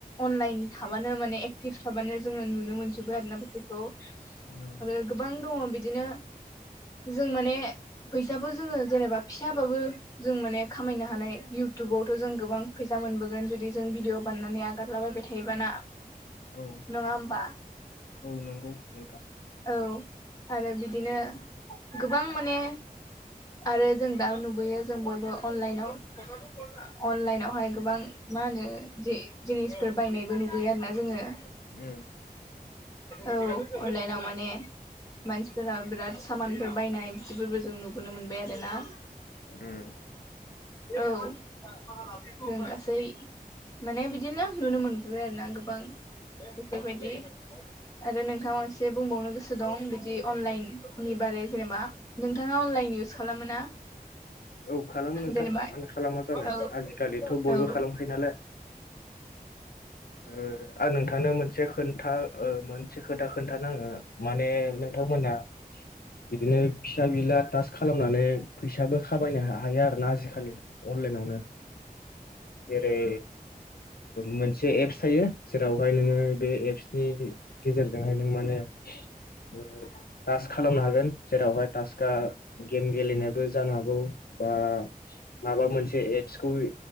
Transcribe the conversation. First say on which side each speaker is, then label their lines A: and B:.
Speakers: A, on the left; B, on the left.
A: अनलाइन थाबानो माने एक्टिभ थाबानो जोङो नुनो मोनजोबो आरोना बेफोरखौ।
B: उम
A: आरो गोबां दङ बिदिनो। जों माने फैसाबो जोङो जेनेबा फिसाबाबो जों माने खामायनो हानाय इउटुबावथ' जों गोबां फैसा मोनबोगोन जुदि जों भिडिअ बाननानै आगारलाबायबाय थायोबाना?
B: औ
A: नङा होमबा
B: औ नंगौ नोंथां।
A: औ आरो बिदिनो गोबां माने आरो जों दा नुबोयो जों बयबो अनलाइनाव अनलाइनावहाय गोबां मा होनो जे जिनिसफोर बायनायबो नुबोयो आरोना जोङो।
B: उम
A: औ अनलाइनाव माने मानसिफोरा बिराद सामानफोर बायनाय बिदिफोरबो जों नुबोनो मोनबाय आरोना।
B: उम
A: औ जों गासै माने बिदिनो नुनो मोनबोबाय आरो ना गोबां बेफोरबायदि आरो नोंथाङा एसे बुंबावनो गोसो दं बिदि अनलाइन नि बारै जेनेबा नोंथाङा अनलाइन इउस खालामो ना?
B: औ खालामो नोंथां
A: जेनेबा
B: मानो खालामा जानो
A: औ
B: आजिखालिथ'
A: माने
B: बयबो खालामखायो नालाय <inaudible> ओ आं नोंथांनो मोनसे खोनथा ओ मोनसे खोथा खोन्थानाङो माने नोंथांमोना बिदिनो फिसा बिला थास खालामनानै फैसाबो खाबायनो हायो आरो ना आजिखालि अनलाइनावनो जेरै मोनसे ओ एप्स थायो। जेरावहाय नोङो बे एप्सनि गेजेरजोंहाय नों माने ओ थास खालामनो हागोन जेरावहाय तासक आं गेम गेलेनायाबो जानो हागौ बा माबा मोनसे एप्सखौ